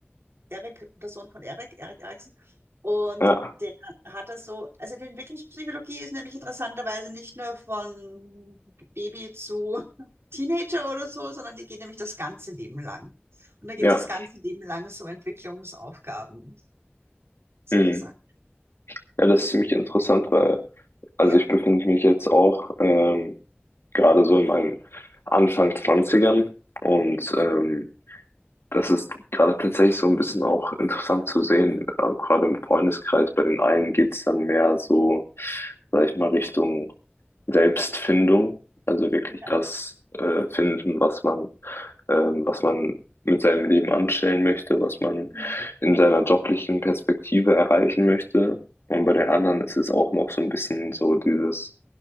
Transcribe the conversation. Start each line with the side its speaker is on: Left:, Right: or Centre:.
Right: Erik, der Sohn von Erik, Erik Eriksen. Und
Left: Ja,
Right: der hat das so, also die Entwicklungspsychologie ist nämlich interessanterweise nicht nur von Baby zu Teenager oder so, sondern die geht nämlich das ganze Leben lang. Und da gibt
Left: ja.
Right: es das ganze Leben lang so Entwicklungsaufgaben, solche
Left: Mhm.
Right: Sachen.
Left: Ja, das ist ziemlich interessant, weil, also
Right: Ja.
Left: ich befinde mich jetzt auch ähm, gerade so in meinen Anfang Zwanzigern und
Right: Mhm.
Left: ähm, Das ist gerade tatsächlich so ein bisschen auch interessant zu sehen. Äh, Gerade im Freundeskreis, bei den einen geht's dann mehr so, sag ich mal, Richtung Selbstfindung. Also wirklich
Right: Ja.
Left: das äh, finden, was man, ähm, was man mit seinem Leben anstellen möchte, was man
Right: Mhm.
Left: in seiner joblichen Perspektive erreichen möchte. Und bei den
Right: Ja.
Left: anderen ist es auch noch so ein bisschen so dieses,